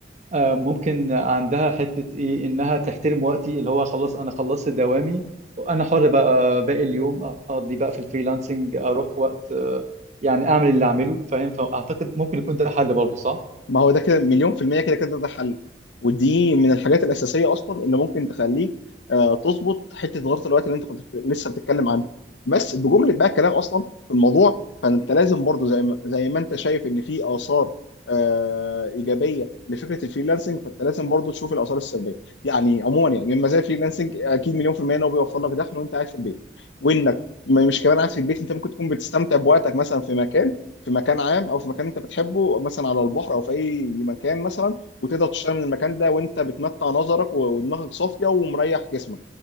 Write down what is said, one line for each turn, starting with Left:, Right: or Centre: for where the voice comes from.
Right: آه، ممكن عندها حته ايه انها تحترم وقتي اللي هو خلاص انا خلصت دوامي انا حر بقى باقي اليوم اقضي بقى في الفريلانسنج اروح وقت آه، يعني اعمل اللي اعمله فاهم فاعتقد ممكن يكون ده حل برضو صح
Left: ما هو ده كده مليون في المية كده كده ده حل ودي من الحاجات الأساسية أصلا اللي ممكن تخليك آه، تظبط حتة غلطة الوقت اللي أنت كنت بت- لسه بتتكلم عنها بس بجملة بقى الكلام أصلا في الموضوع فأنت لازم برضو زي ما زي ما أنت شايف إن في آثار آه، إيجابية لفكرة الفريلانسنج فأنت لازم برضو تشوف الآثار السلبية يعني عموما يعني من مزايا الفريلانسنج أكيد مليون في المية إن هو بيوفر لك دخل وأنت قاعد في البيت وإنك م- مش كمان قاعد في البيت أنت ممكن تكون بتستمتع بوقتك مثلا في مكان في مكان عام او في مكان انت بتحبه مثلا على البحر او في اي مكان مثلا وتقدر تشتغل من المكان ده وانت بتمتع نظرك و- ودماغك صافيه ومريح جسمك